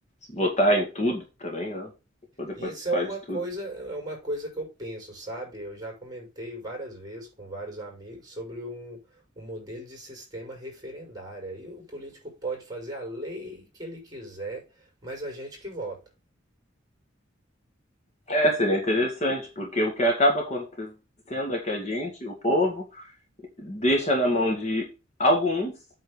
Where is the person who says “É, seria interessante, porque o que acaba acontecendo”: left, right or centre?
Left